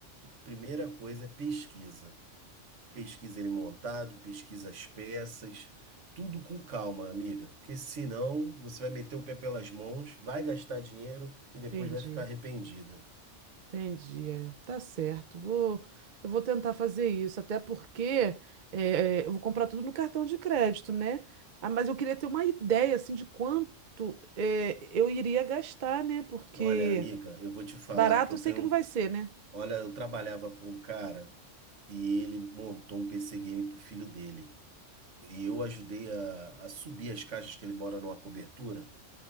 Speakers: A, on the right (about 70°); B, on the right (about 50°).
A: primeira coisa é pesquisa. pesquisa ele montado, pesquisa as peças, tudo com calma, amiga, porque senão você vai meter o pé pelas mãos, vai gastar dinheiro e depois
B: entendi.
A: vai ficar arrependida.
B: Entendi, é. Tá certo. Vou, eu vou tentar fazer isso, até porque é, é, eu vou comprar tudo no cartão de crédito, né? Ah, mas eu queria ter uma ideia assim de quanto é, eu iria gastar, né? Porque
A: Olha, amiga, eu vou te falar
B: barato
A: que eu
B: eu sei
A: tenho,
B: que não vai ser, né?
A: olha, eu trabalhava para um cara e ele montou um PC game pro filho dele. E eu ajudei a, a subir as caixas que ele mora numa cobertura.